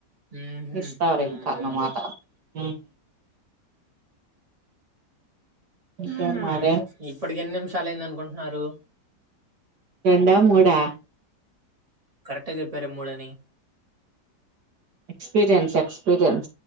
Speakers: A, on the right; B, on the right.
A: ఉహు
B: ఇస్తార్
A: ఉమ్
B: ఇంకా అన్నమాట ఉమ్ ఇంకేం
A: ఉమ్
B: మరి
A: ఇప్పటికి ఎన్ని నిమిషాలుయింద అనుకుంటున్నారు?
B: రెండా మూడా?
A: కరెక్ట్ ఏ చెప్పారు మూడు అని.
B: ఎక్స్పీరియన్స్ ఎక్స్పీరియన్